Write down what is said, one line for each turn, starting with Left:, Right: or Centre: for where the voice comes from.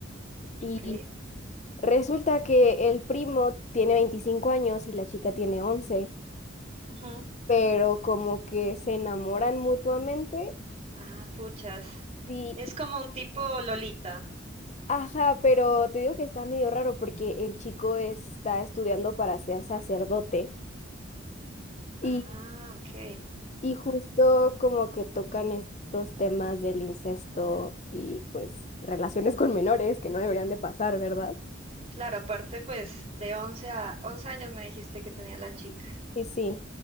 Left: Y
Right: ok.
Left: resulta que el primo tiene 25 años y la chica tiene once
Right: Ujú.
Left: pero como que se enamoran mutuamente.
Right: Ah, puchas.
Left: Y
Right: Es como un tipo Lolita.
Left: Ajá, pero te digo que está medio raro porque el chico está estudiando para ser sacerdote y,
Right: Ah, ok.
Left: y justo como que tocan estos temas del incesto y pues relaciones con menores que no deberían de pasar, ¿verdad?
Right: Claro, aparte pues de 11 a once años me dijiste que tenía la chica.
Left: Y sí,